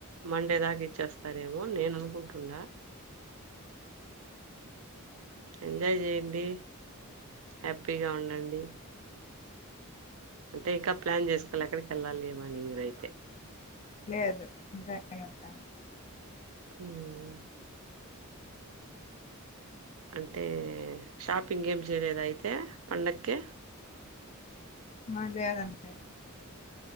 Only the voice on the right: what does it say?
మండే దాకా ఇచ్చేస్తారేమో నేను అనుకుంటున్నా ఉండా ఎంజాయ్ చెయ్యిండి హ్యాపీగా ఉండండి అంటే ఇంకా ప్లాన్ చేసుకోలే ఏక్కడికేళ్ళాలి ఏమని మీరయితే
హ్మ్ అంటే షాపింగ్ ఏం చేయలేదా అయితే పండక్కి